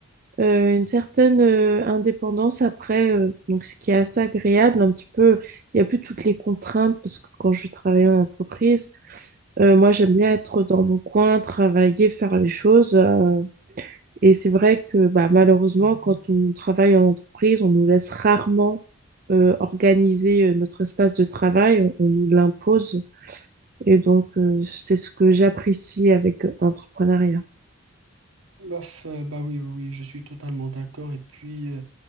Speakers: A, on the right (about 40°); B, on the right (about 80°).
A: euh, une certaine euh, indépendance après, euh, donc ce qui est assez agréable, un petit peu, il n'y a plus toutes les contraintes parce que quand je travaillais en entreprise, euh, moi j'aime bien être dans mon coin, travailler, faire les choses. euh, et c'est vrai que bah, malheureusement, quand on travaille en entreprise, on nous laisse rarement euh, organiser euh, notre espace de travail, on, on nous l'impose. Et donc, euh, c'est ce que j'apprécie avec euh, l'entrepreneuriat.
B: Bof, euh, bah oui, oui, oui, je suis totalement d'accord. Et puis, euh,